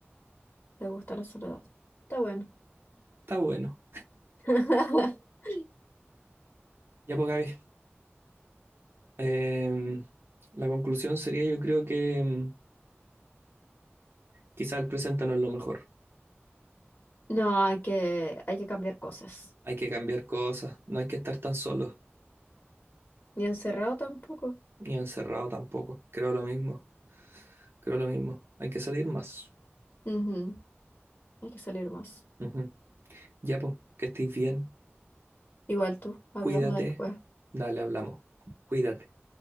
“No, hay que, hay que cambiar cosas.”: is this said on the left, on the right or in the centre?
Left